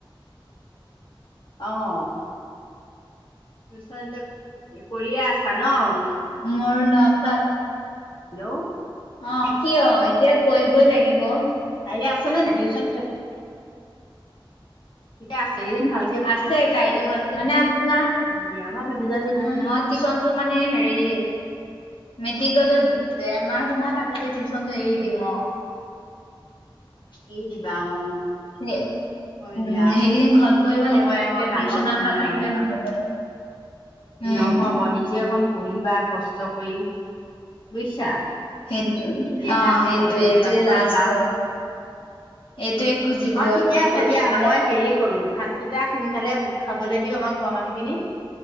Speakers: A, on the left; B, on the left.
A: অ' টিউশন এতিয়া কৰিয়ে আছা ন?
B: মোৰ নটাত
A: হেল্লো
B: অ কিয়? এতিয়া কৰিবই লাগিব।
A: কাইলৈ আছে নে নাই টিউশন? এতিয়া আছে কেদিন ভাল
B: আছে কাইলো আছে- মানে আপোনাৰ
A: হয় দিয়া আমাৰ ভতিজাজনীও
B: উম মোৰ টিউশনটো মানে হেৰি মেট্ৰিকলে ডেৰমাহ দুমাহ থাকোতে টিউশনটো এৰি দিম অ'।
A: এৰি দিবা অঁ।
B: সেই
A: হয়
B: উম,
A: দিয়া,
B: সেইকেইদিন ঘৰত
A: এইটো
B: পৰিব
A: সময়
B: লাগিব ন
A: একে ডাঙৰ
B: টিউচন
A: সময়
B: আশাত থাকিলে
A: আউ।
B: নহ'ব। উম,
A: নহব নিজে অকণ পঢ়িবা কষ্ট কৰি, বুইছা?
B: সেইটোৱে
A: তেতিয়াহে
B: অ',
A: আকৌ
B: সেইটোৱে
A: কলেজলৈ
B: এইটোৱে
A: যাব পাৰিবা।
B: লাষ্ট অ'। এইটোৱে খুজিব
A: বা ঠিকে আছে
B: পঢ়া
A: দিয়া মই হেৰি কৰো, ভাতকেইটা সোনকালে খাবলে দিওঁ আমাৰ ঘৰৰ মানুহখিনিক।